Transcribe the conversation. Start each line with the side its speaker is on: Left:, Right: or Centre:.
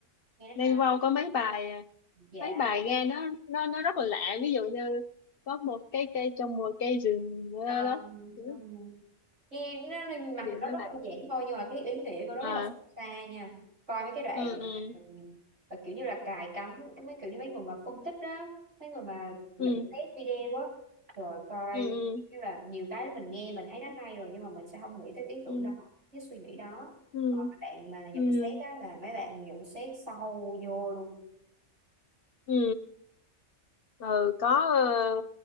Right: nghe
Left: Đen
Right: nó hay
Left: Vâu có mấy bài, à,
Right: dạ
Left: mấy bài nghe nó nó nó rất là lạ. Ví dụ như có một cái cây trong một cây rừng
Right: Ờ,
Left: ờ, đó. Ừ,
Right: ừ. nghe nó, nó mặc
Left: Cái điệu
Right: dù nó
Left: nó
Right: rất
Left: lạ.
Right: đơn giản thôi nhưng mà cái ý nghĩa của nó
Left: À,
Right: rất là xa nha coi mấy cái đoạn
Left: ừ,
Right: mà,
Left: ừ,
Right: ừ, kiểu như là cài cắm mấy kiểu như mấy người mà phân tích đó mấy người mà nhận
Left: ừ,
Right: xét video á rồi coi
Left: ừ, ừ,
Right: như là nhiều cái mình nghe mình thấy nó hay rồi nhưng mà mình sẽ không nghĩ tới cái ý tưởng
Left: ừ,
Right: đó cái suy nghĩ đó
Left: ừ,
Right: còn các bạn mà nhận
Left: ừ.
Right: xét á là mấy bạn nhận xét sâu vô luôn
Left: ừ. Ừ, có ờ,